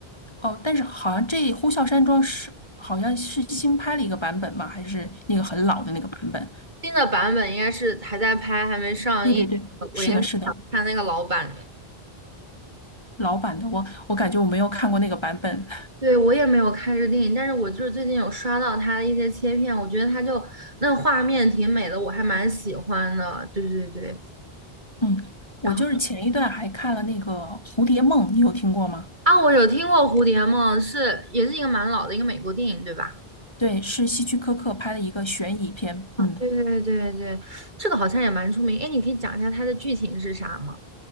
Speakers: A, on the left; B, on the right.
A: 哦，但是好像这《呼啸山庄》是好像是新拍了一个版本吗？还是那个很老的那个版本？
B: 新的版本应该是还在拍，还没上映。
A: 对对对，
B: 我应该是想看那个老版的。
A: 是的，是的，老版的，我我感觉我没有看过那个版本。
B: 对，我也没有看这个电影，但是我就是最近有刷到它的一些切片，我觉得它就那个画面挺美的，我还蛮喜欢的。对对对。
A: 嗯，我就是前一段还看了那个《蝴蝶梦》，
B: 然后
A: 你有听过吗？
B: 啊，我有听过《蝴蝶梦》，是也是一个蛮老的一个美国电影，对吧？
A: 对，是希区柯克拍的一个悬疑片。
B: 啊，
A: 嗯。
B: 对对对对，这个好像也蛮出名。哎，你可以讲一下它的剧情是啥吗？